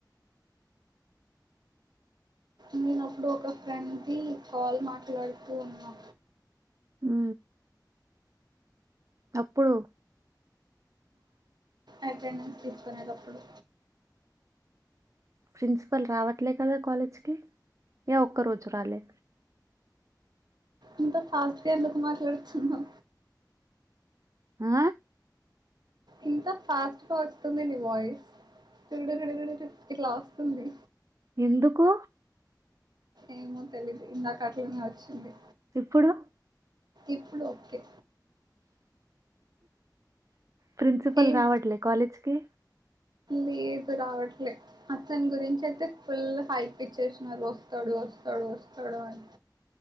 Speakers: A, on the right (about 70°); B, on the right (about 45°).
A: నేనప్పుడు ఒక ఫ్రెండ్ కి కాల్ మాట్లాడుతూ ఉన్నా
B: ఉ అప్పుడు
A: అటెండెన్స్ తీసుకునేటప్పుడు
B: ప్రిన్సిపల్ రావట్లే కదా కాలేజ్కి ఇక ఒక్క రోజు రాలే
A: ఇంత ఫాస్ట్గా ఎందుకు మాట్లాడుతున్నా
B: ఆ
A: ఇంత ఫాస్ట్గా వస్తుంది నీ వాయిస్ తడ విడడ ఇట్లా వస్తుంది
B: ఎందుకు
A: ఏమో తెలీదు ఇందాక అట్లనే వచ్చింది
B: ఇప్పుడు
A: ఇప్పుడు ఓకే
B: ప్రిన్సిపల్
A: ఏం
B: రావట్లే కాలేజ్కి
A: లేదు రావట్లే అతని గురించి అయితే ఫుల్ హైప్ ఇచ్చేసినారు వస్తాడు వస్తడు తస్తనిఒస్తది అని